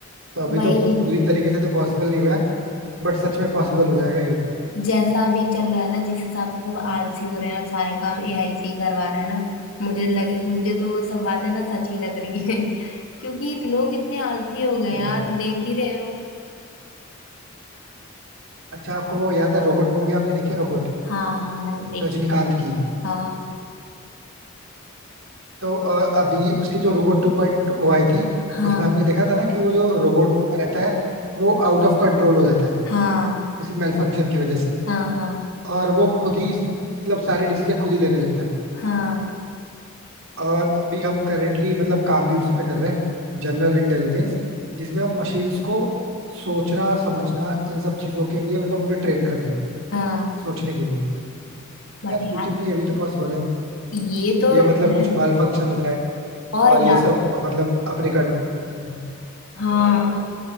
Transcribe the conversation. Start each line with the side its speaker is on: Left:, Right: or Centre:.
Right: तो
Left: तो
Right: अभी
Left: भाई
Right: तो पूरी तरीके से तो पॉसिबल नहीं हुआ है बट सच में पॉसिबल हो जाएगा ये
Left: जैसा भी चल रहा है ना जिस हिसाब से सब आलसी हो रहे हैं और सारे काम एआई से ही करवा रहे हैं ना मुझे लग मुझे तो वो सब बातें ना सच ही लग रही हैं <laughs> क्योंकि लोग इतने आलसी हो गए हैं
Right: ये
Left: यार
Right: बात है।
Left: देख ही रहे हो
Right: अच्छा आपको वो याद है रोबोट मूवी आपने देखी है रोबोट
Left: हाँ हाँ मैंने देखी
Right: रजनीकांत की
Left: हाँ
Right: तो अ, अभी उसकी जो रोबोट टू पॉइंट ओ आई थी
Left: हाँ
Right: उसमें आपने देखा था ना कि वो जो रोबोट उसका रहता है वो आउट ऑफ कंट्रोल हो जाता है
Left: हाँ
Right: किसी मेल फंक्शन की वजह से
Left: हाँ हाँ
Right: और वो खुद ही मतलब सारे डिसीजन खुद ही लेने लगता है
Left: हाँ
Right: और अभी हम करेंटली मतलब काम भी उसी पे कर रहे हैं जनरल इंटेलिजेंस जिसमें हम मशीन्स को सोचना समझना इन सब चीजों के लिए मतलब उन्हें ट्रेन कर रहे हैं
Left: हाँ
Right: सोचने के लिए
Left: बट
Right: यार फ्यूचर
Left: यार
Right: में ये भी तो पॉसिबल है
Left: ये तो
Right: ये मतलब
Left: है
Right: कुछ माल फंक्शन हो जाए
Left: और
Right: और ये
Left: क्या
Right: सब मतलब अपने कंट्रोल
Left: हाँ